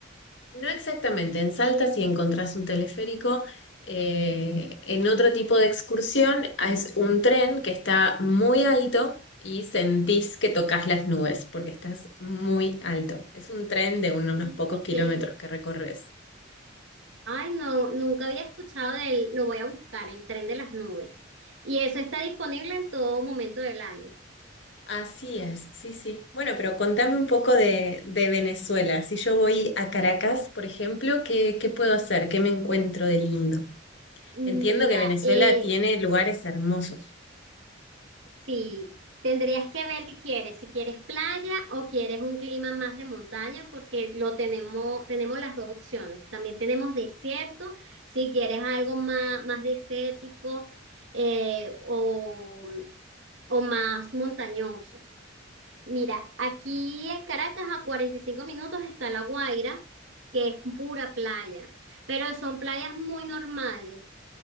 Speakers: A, on the left (about 65°); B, on the right (about 75°).
A: No exactamente, en Salta si encontrás un teleférico, eh, en otro tipo de excursión es un tren que está muy alto y sentís que tocas las nubes porque estás muy alto. Es un tren de unos
B: Ay,
A: pocos kilómetros
B: que,
A: que recorres.
B: ay, no, nunca había escuchado de él lo voy a buscar, el tren de las nubes. Y eso está disponible en todo momento del año.
A: Así es, sí, sí. Bueno, pero contame un poco
B: Ok.
A: de, de Venezuela. Si yo voy a Caracas, por ejemplo, ¿qué, qué puedo hacer? ¿Qué me encuentro de lindo?
B: Mira,
A: Entiendo que Venezuela
B: eh,
A: tiene lugares hermosos.
B: Sí, tendrías que ver qué quieres, si quieres playa o quieres un clima más de montaña, porque lo tenemos, tenemos las dos opciones. También tenemos desierto, si quieres algo más, más desértico eh, o, o más montañoso. Mira, aquí en Caracas a 45 minutos está La Guaira, que es pura playa, pero son playas muy normales.